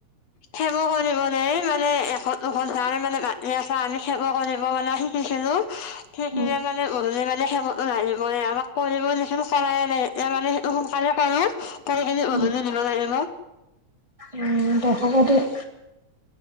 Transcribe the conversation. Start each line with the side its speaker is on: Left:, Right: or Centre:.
Left: খেৱ কৰিব দ মানে এখন দুখন ধাৰ মানে মাটি আছে আমি খেৱ কৰিব মানে শিকিছিলো। সেই
Right: উম
Left: কি মানে গধূলি মানে দেখ নিব আমাক কৰিব লখ কৰাইয় নাই এতিয়া মানে সেইটো সোনকালে কৰো। খৰি খিনি গধুলি
Right: উম
Left: নিব লাগে ম
Right: উম দেখব দিয়।